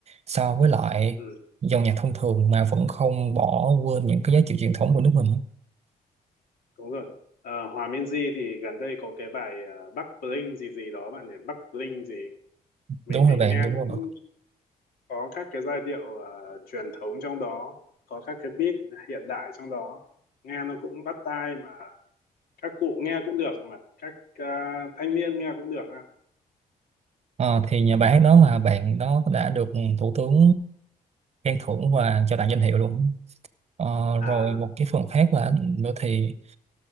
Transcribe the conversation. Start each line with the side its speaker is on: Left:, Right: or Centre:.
Right: so với lại
Left: ừ,
Right: dòng nhạc thông thường mà vẫn không bỏ quên những cái giá trị truyền thống của nước mình
Left: đúng rồi Ờ, Hòa Minzy thì gần đây có cái bài uh, Bắc Bling gì gì đó bạn nhỉ Bắc Bling gì mình
Right: đúng
Left: mình
Right: rồi bạn
Left: nghe
Right: đúng rồi
Left: cũng
Right: bạn
Left: có các cái giai điệu ờ, truyền thống trong đó có các cái beat hiện đại trong đó nghe nó cũng bắt tai mà các cụ nghe cũng được mà các à, thanh niên nghe cũng được ha
Right: Ờ, thì nhà bài hát đó mà bạn đó đã được thủ tướng khen thưởng và cho tặng danh hiệu luôn. Ờ,
Left: à
Right: rồi một cái phần khác là nữa thì